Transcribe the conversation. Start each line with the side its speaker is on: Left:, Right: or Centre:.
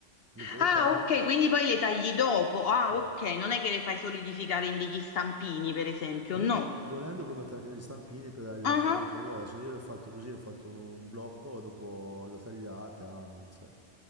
Right: Dopo le
Left: Ah,
Right: tagli.
Left: ok, quindi poi le tagli dopo. Ah,
Right: Sì.
Left: ok, non è che le fai solidificare in degli stampini, per esempio,
Right: Per
Left: no.
Right: esempio, volendo puoi mettere anche degli stampini per dargli la
Left: Ah,
Right: forma che vuoi, se io l'ho fatto così, l'ho fatto un, un blocco, dopo lo tagliate, amen. cioè.